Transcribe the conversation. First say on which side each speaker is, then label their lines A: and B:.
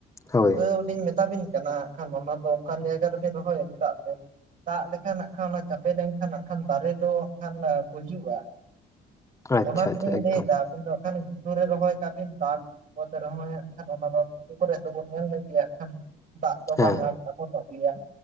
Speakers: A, on the left (about 20°); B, on the right (about 50°).
A: ᱦᱳᱭ
B: ᱛᱟᱹᱣ ᱞᱤᱧ ᱢᱮᱛᱟᱵᱤᱱ ᱠᱟᱱᱟ ᱦᱟᱸᱜ ᱠᱷᱟᱱ ᱚᱱᱟ ᱫᱚ ᱚᱱᱠᱟᱱ ᱡᱟᱭᱜᱟ ᱨᱮᱵᱤᱱ ᱨᱚᱦᱚᱭ ᱟ ᱪᱮᱫᱟᱜ ᱥᱮ ᱫᱟᱜ ᱞᱮᱠᱷᱟᱱ ᱦᱟᱸᱜ ᱠᱷᱟᱱ ᱚᱱᱟ ᱪᱟᱯᱮ ᱞᱮᱱᱠᱷᱟᱱ ᱦᱟᱸᱜ ᱠᱷᱟᱱ ᱫᱟᱨᱮ ᱫᱚ ᱦᱟᱜ ᱠᱷᱟᱱ ᱜᱩᱡᱩᱜ-ᱟ᱾
A: ᱟᱪᱪᱷᱟ
B: ᱚᱱᱟ ᱛᱮᱞᱤᱧ
A: ᱟᱪᱪᱷᱟ ᱮᱠᱫᱚᱢ
B: ᱞᱟᱹᱭ ᱫᱟ ᱤᱧ ᱫᱚ ᱦᱟᱸᱜ ᱠᱷᱟᱱ ᱜᱷᱩᱴᱩ ᱨᱮ ᱨᱚᱦᱚᱭ ᱠᱟᱜ ᱵᱤᱱ ᱫᱟᱞᱚᱛ ᱨᱚᱦᱚ ᱠᱷᱟᱱ ᱚᱱᱟ ᱫᱚ ᱜᱷᱩᱴᱩ ᱠᱚᱨᱮ ᱟᱫᱚᱵᱚᱱ ᱧᱮᱞ ᱞᱮᱭᱟᱜ ᱠᱷᱟᱱ ᱫᱟᱜ ᱫᱚ
A: ᱦᱮᱸ
B: ᱵᱟᱝ ᱟᱠᱚᱴᱚᱜ ᱜᱮᱭᱟ